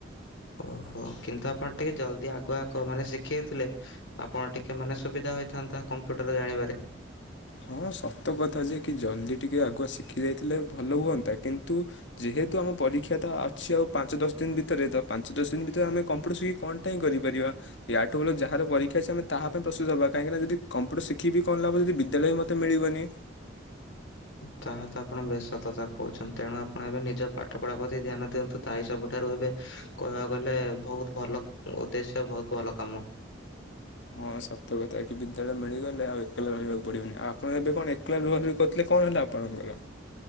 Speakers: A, on the left (about 85°); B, on the left (about 70°).
A: ଓହୋ କିନ୍ତୁ ଆପଣ ଟିକେ ଜଲ୍ଦି ଆଗୁଆଗ ମାନେ ଶିଖେଇଥିଲେ ଆପଣ ଟିକେ ମାନେ ସୁବିଧା ହୋଇଥାନ୍ତା କମ୍ପ୍ୟୁଟର ଜାଣିବାରେ।
B: ହଁ ସତ କଥା ଯେ କି ଜଲ୍ଦି ଟିକେ ଆଗୁଆ ଶିଖି ଯାଇଥିଲେ ଭଲ ହୁଅନ୍ତା କିନ୍ତୁ ଯେହେତୁ ଆମ ପରୀକ୍ଷା ତ ଅଛି ଆଉ ପାଞ୍ଚ ଦଶ ଦିନ ଭିତରେ ତ ପାଞ୍ଚ ଦଶ ଦିନ ଭିତରେ ଆମେ କମ୍ପ୍ୟୁଟର ଶିଖିକି କଣଟା ହଁ କରିପାରିବା ୟାଠୁ ବୋଲ ଯାହାର ପରୀକ୍ଷା ଅଛି ଆମେ ତାହା ପାଇଁ ପ୍ରସ୍ତୁତ ହବା କାହିଁକିନା ଯଦି କମ୍ପୁଟର ଶିଖି କଣ ଲାଭ ଯଦି ଦେଲେ ବି ମୋତେ ମିଳିବନି।
A: ତାହା ତ ଆପଣ ବେଶ ସତ କଥା କହୁଛନ୍ତି ତେଣୁ ଆପଣ ଏବେ ନିଜ ପାଠ ପଢା ପ୍ରତି ଧ୍ୟାନ ଦିଅନ୍ତୁ ତାହାହିଁ ସବୁଠାରୁ ଏବେ କହିବାକୁ ଗଲେ ବହୁତ ଭଲ ଉଦ୍ଦେଶ୍ୟ ବହୁତ ଭଲ କାମ।
B: ହଁ ସତ୍ୟ କଥା କି ବିଦ୍ୟାଳୟ ମିଳିଗଲେ ଆଉ ଏକଲା ରହିବାକୁ ପଡିବନି ଆପଣ ଏବେ କଣ ଏକଲା ରୁହା ରୁହି କରିଥିଲେ କଣ ହେଲା ଆପଣଙ୍କର?